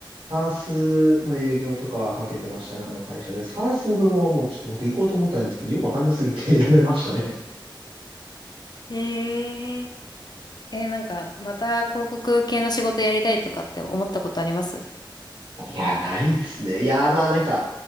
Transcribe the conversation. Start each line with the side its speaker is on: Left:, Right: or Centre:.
Right: ?SARS の営業とかはかけてましたね、あの会社で。SARS の部門はもうちょっと僕行こうと思ったんですけど、よくわかんなすぎて <laughs> やめましたね。
Left: へえ。えー、なんか、また広告系の仕事やりたいとかって思ったことあります
Right: いや、ないですね。いや、まあなんか、